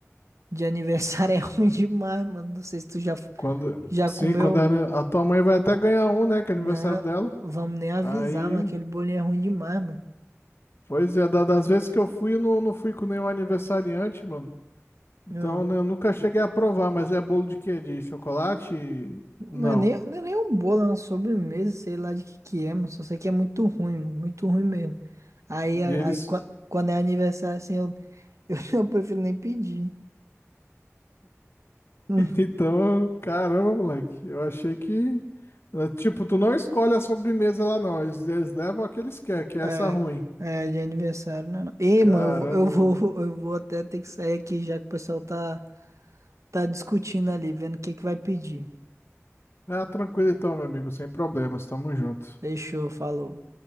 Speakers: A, on the right; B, on the left.
A: de aniversário <laughs> é ruim demais, mano. Não sei se tu já,
B: Quando,
A: já
B: sim,
A: comeu.
B: quando a, a tua mãe vai até ganhar um, né? Que
A: Não,
B: é aniversário dela.
A: vamos nem avisar,
B: Aí,
A: mano. Aquele bolinho é ruim demais, mano.
B: pois é, da- das vezes que eu fui, eu não, não fui com nenhum aniversariante, mano. Então,
A: Hum.
B: né, eu nunca cheguei a provar, mas é bolo de quê? De chocolate?
A: Não
B: Não.
A: é nem, não é nem um bolo, é uma sobremesa, sei lá de que que é, mano. Só sei que é muito ruim, mano, muito ruim mesmo. Aí, a-
B: E eles.
A: aí qua-
B: <laughs>
A: quando é aniversário, assim, eu, <laughs> eu, eu prefiro nem pedir. Hum,
B: Então, caramba, moleque. Eu achei que. é, Tipo, tu não escolhe a sobremesa lá, não. Eles, eles levam a que eles querem, que é
A: É,
B: essa ruim.
A: é de aniversário, não, é não. Ei,
B: Caramba,
A: mano, eu, vou-
B: mano.
A: eu vou, <laughs> eu vou até ter que sair aqui já que o pessoal tá, tá discutindo ali, vendo o que que vai pedir.
B: Ah, tranquilo então, meu amigo, sem problemas. Tamo junto.
A: Fechou, falou.